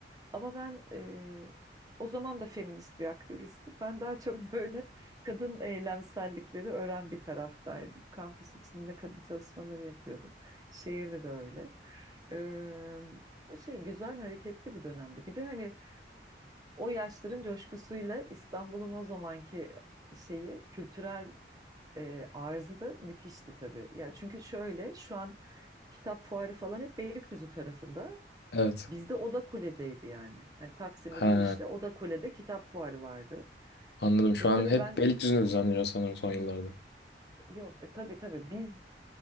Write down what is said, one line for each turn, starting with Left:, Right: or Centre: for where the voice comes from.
Right: Ama ben e, o zaman da feminist bir aktivistim. Ben daha çok <laughs> böyle kadın eylemsellikleri öğren bir taraftaydım. Kampüs içinde kadın çalışmaları yapıyordum. Şehirde de öyle. Ee, ama şey güzel hareketli bir dönemdi. Bir de hani o yaşların coşkusuyla İstanbul'un o zamanki şeyi kültürel e, arzı da müthişti tabii. Yani çünkü şöyle şu an kitap fuarı falan hep Beylikdüzü tarafında.
Left: Evet.
Right: Bizde Oda Kule'deydi yani. Hani Taksim'e
Left: Ha,
Right: girişte Oda Kule'de kitap fuarı vardı.
Left: anladım. Şu
Right: E
Left: an
Right: tabii
Left: hep
Right: ben
Left: Beylikdüzü'nde düzenleniyor sanırım son yıllarda.
Right: yok e, tabii tabii biz